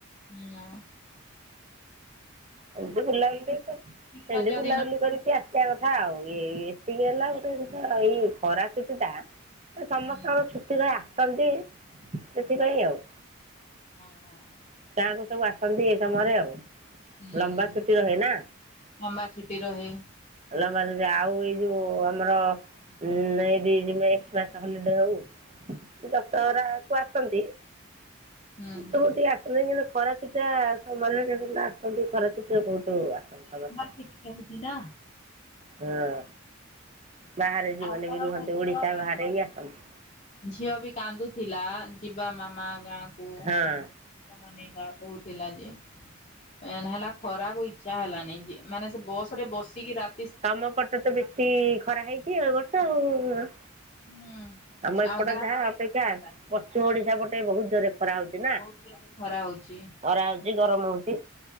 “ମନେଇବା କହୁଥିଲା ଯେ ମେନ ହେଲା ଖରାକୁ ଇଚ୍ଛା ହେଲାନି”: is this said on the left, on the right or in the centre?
Left